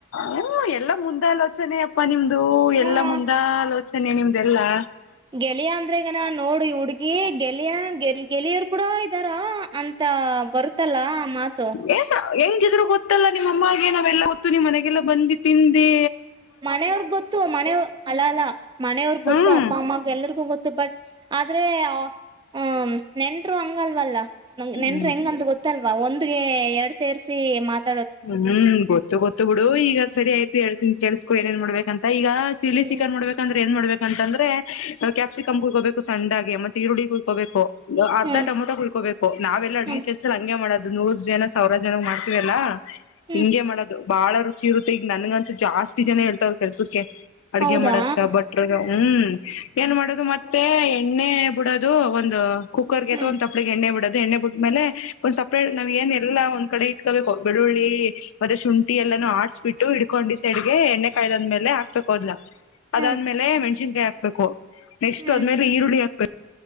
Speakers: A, on the left; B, on the right.
A: ಹ್ಮ ಎಲ್ಲ ಮುಂದ ಆಲೋಚನೆ ಪ್ಪ ನಿಮ್ದು
B: ಹ್ಮ್
A: ಎಲ್ಲ ಮುಂದ ಆಲೋಚನೆ ನ್ನೆ ನಿಮ್ದೆಲ್ಲಾ
B: ಗೆಳಿಯ ಅಂದ್ರೆಗ ನಾ ನೋಡಿ ಹುಡ್ಗಿ ಗೆಳಿಯ ಗೆಳಿಯರ್ ಕೂಡ ಇದಾರ ಅಂತ ಬರುತ್ತಲ್ಲ ಮಾತು
A: ಏ ಹೆಂಗಿದ್ರು ಗೊತ್ತಲ್ಲ ನಿಮ್ಮ ಅಮ್ಮಾಗೆ ನಾವೆಲ್ಲಾ ಹೊತ್ತು ನಿಮ್ ಮನೆಗೆಲ್ಲ ಬಂದುಿ ತಿಿಂದಿ
B: ಮನೆಯವ್ರಗ್ ಗೊತ್ತು ಮನೆಯವ ಅಲ್ಲ ಅಲ್ಲ ಮನೆಯವ್ರಗ್ ಗೊತ್ತು
A: ಹ್ಮ್
B: ಅಪ್ಪ ಅಮ್ಮ ಎಲ್ರಿಗೂ ಗೊತ್ತು ಬಟ್ ಆದ್ರೆ ಹ್ಮ ನೆಂಟರು ಹಂಗಲ್ವಲ್ಲ ನಂಗ್
A: ಹ್ಮ್
B: ನೆನ್್ರ ಹೆಂಗಂದ ಗೊತ್ತಲ್ ಒಂದ್ಗೆ ಎರಡು ಸೇರಿಸಿ ಮಾತ್
A: ಹ್ಮ್ ಗೊತ್ತು ಗೊತ್ತು ಬಿಡು ಈಗ ಸರಿ ಆಯ್ತು ಹೇಳ್ತನ್ ಕೆಳ್ಸ್ಕ ನನ್ ಮಾಡ್ಬೇಕಂತ ಈಗ ಚಿಲ್ಲಿ
B: ಹ್ಮ್
A: ಚಿಕನ್ ಮಾಡ್ಬೇಕಂದ್ರೆ ಏನ್ ಮಾಡ್ಬೇಕು ಅಂತಂದ್ರೆ ಕ್ಯಾಪ್ಸಿಕಮ್ ಕುಯ್ಕೋಬೇಕು ಸಣ್ಣಾಗೆ ಮತ್ತೆ ಈರುಳ್ಳಿ ಕುಯ್ಕೋಬೇಕು ಅರ್ಧ
B: ಹ್ಮ್
A: ಟಮಟ ಕುಳ್ಕೋಬೇಕುಾವೆಲ್ಲ ಅಡ್ಗೆ
B: ಹ್ಮ್
A: ಕೆಳ್ಸ್ರ ಹಂಂಗ ಮಾಡೋದು ನೂರ್ ಜನ ಸಾವಿರ ಜನ ಮಾಡ್ತೀವಲ್ಲಾ
B: ಹ್ಮ್
A: ಹಿಂಂಗಗೆ ಮಾಡೋದು ಬಾಳ ವಋತ್ತಿ ಚ್ಚಿ ಇರುತ್ತೆ ಈಗ ನನ್ಗಂತೂ ಜಾಸ್ತಿ ಜನ ಹೇಳ್ತ್ರ ಕೆಲ್ಸಕ್ಕೆ ಅಡ್ಗೆ
B: ಹೌದಾ
A: ಮಾಡದಕ ಬಟ್ರಗ ಹ್ಮ್ ಏನ್ ಮಾಡದು ಮತ್ತೆ ಮತ್ತೆ ಎಣ್ಣೆ ಬಿಡೋದು ಒಂದು ಕುಕ್ಕರ್ಗೆ
B: ಹ್ಮ್
A: ಒ ತಪ್ಡೆ ಎಣ್ಣೆ ಬಿಡದು ಎ್ಣೆ ಬಿಟ್ಟ ಮ್ಮೇ ಒಂದ್ ಸಪ್ರೇಟ್ಾವ್ ಏನ್ ಎಲ್ಲ ಒಂದ್ಡೆ ಇಟ್ಕಬೇಕು ಬೆಳ್ಳುಳ್ಳಿ ಮತ್ತೆ ಶುಂಠಿ ಎಲ್ಲಾನೂ ಆಡ್ಸ್ ಬಿಿಟ್ಟು ಹ ಕೊಂಡಿ ಸೈಡ್ಗೆ ಎಣ್ಣೆ ಕಾಯ್ದ್ಾದ್ಮೇಲೆ ಹಕ್ಬೇಕ ಹದಾ
B: ಹ್ಮ್
A: ಅದಾದ್ಮೇಲೆ ಮೆಣಸನ್ಕಾಯಿ ಹಬೇಕು ನೆಕ್ಸ್ಟ್
B: ಹ್ಮ್
A: ಅದ್ಮೇಲೆ
B: ಹ್ಮ್
A: ಈರುಳ್ಳಿ ಹಾಕ್ಬೇಕು